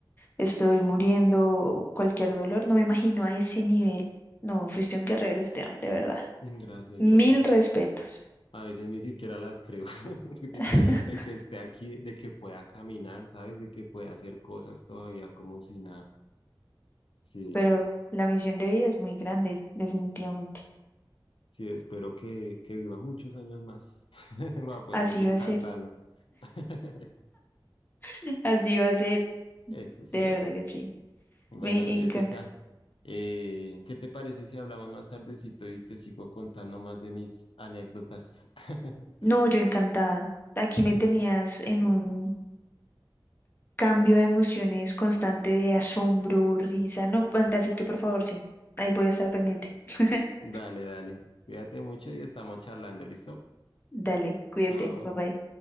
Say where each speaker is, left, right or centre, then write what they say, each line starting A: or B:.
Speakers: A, on the left; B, on the left.
A: Estoy muriendo cualquier dolor, no me imagino a ese nivel. No, fuiste un guerrero, Esteban, de verdad.
B: Mm, Gracias,
A: Mil
B: yo
A: respetos,
B: a veces ni siquiera las creo <laughs> de
A: <laughs>
B: que haya, de que esté aquí, de que pueda caminar, ¿sabes? De que pueda hacer cosas todavía como si nada. Sí,
A: pero la misión de vida es muy grande, definitivamente.
B: sí, espero que, que viva muchos años más <laughs> para poder
A: Así
B: seguir
A: va a
B: cantando.
A: ser,
B: <laughs>
A: <laughs> así va a ser,
B: Eso sí
A: de verdad
B: hace.
A: que sí.
B: Bueno,
A: Me encanta.
B: Jessica, eh, ¿qué te parece si hablamos más tardecito y te sigo contando más de mis anécdotas? <laughs>
A: No, yo encantada. Aquí me tenías en un cambio de emociones constante de asombro, risa, no, pan- así que por favor, sí, ahí voy a estar pendiente. <laughs>
B: Dale, dale. Cuídate mucho y estamos charlando, ¿listo?
A: Dale, cuídate,
B: Chao.
A: bye bye.